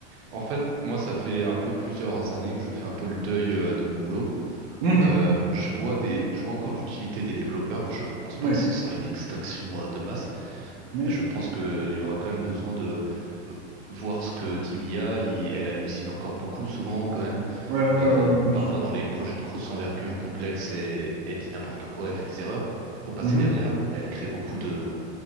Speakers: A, on the right (about 60°); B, on the right (about 50°).
A: en fait, moi ça fait un peu plusieurs années que je fais un peu le deuil euh, de mon boulot.
B: Mhm.
A: Euh, je vois des, je vois encore l'utilité des développeurs. Je pense pas
B: Oui,
A: que ce sera une extinction euh, de masse.
B: mais,
A: Je pense qu'il y aura quand même besoin de euh, voir ce que dit l'IA. Il- Elle hallucine encore beaucoup souvent quand même.
B: ouais, ouais,
A: Euh,
B: ouais, ouais, bien
A: parfois
B: sûr.
A: dans les projets de grosse envergure complexe, elle, elle dit n'importe quoi, elle fait des erreurs. Faut passer
B: Mhm.
A: derrière. Elle crée beaucoup de